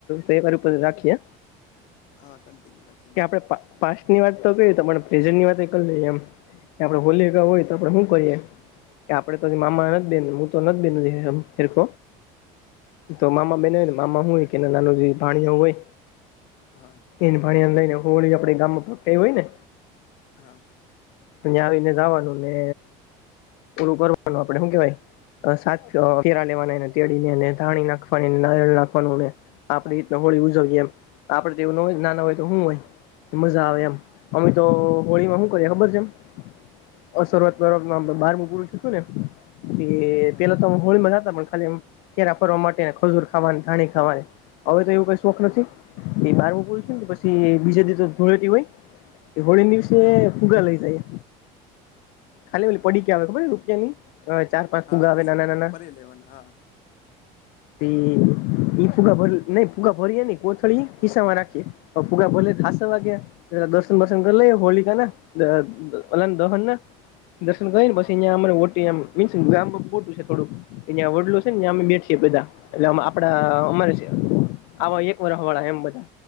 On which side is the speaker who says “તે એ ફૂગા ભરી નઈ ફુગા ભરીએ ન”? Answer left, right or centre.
Left